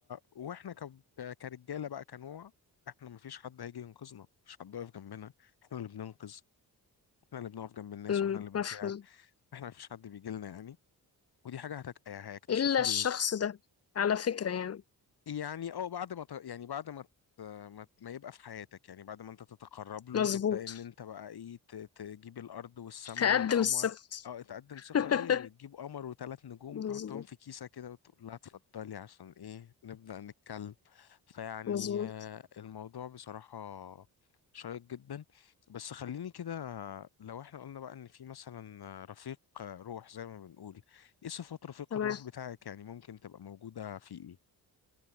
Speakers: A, on the left; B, on the left.
A: وإحنا ك... كرجالة بقى كنوع إحنا مفيش حد هيجي ينقذنا مفيش حد واقف جنبنا إحنا اللي بننقذ إحنا اللي بنقف جنب الناس
B: مم.
A: وإحنا اللي بنساعد
B: مفهوم
A: إحنا مفيش حد بيجي لنا يعني ودي حاجة هتك... هيكتشفها
B: إلا الشخص ده على فكرة يعني
A: يعني اه بعد ما ت- يعني بعد ما ت- ما ما يبقى في حياتك يعني بعد ما انت تتقرب له
B: مظبوط
A: تبدأ ان انت بقى ايه ت- تجيب الارض والسماء
B: هقدم
A: والقمر
B: السبت
A: اه تقدم
B: <laughs>
A: ثقة ايه تجيب قمر وثلاث نجوم
B: مظبوط
A: تحطهم في كيسة كده وتقول لها اتفضلي عشان ايه نبدأ نتكلم فيعني
B: مظبوط
A: آه، الموضوع بصراحة شيق جدا بس خليني كده لو احنا قلنا بقى ان في مثلا رفيق روح زي ما بنقول ايه صفات رفيق
B: تمام
A: الروح بتاعك يعني ممكن تبقى موجودة في ايه